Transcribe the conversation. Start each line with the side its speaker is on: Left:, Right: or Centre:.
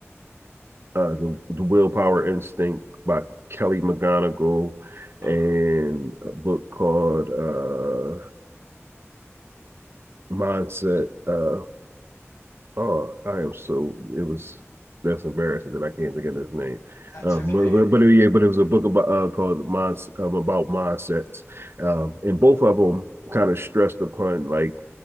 Right: uh, uh the, the Willpower Instinct by Kelly McGonigal,
Left: Oh,
Right: and a book called uh Mindset. uh, Oh, I am so it was that's embarrassing that I can't think of his name.
Left: that's
Right: Um,
Left: <laughs>
Right: but,
Left: okay.
Right: but, but yeah, but it was a book about uh, called Minds um, about mindsets, um, and both of them kind of stressed upon like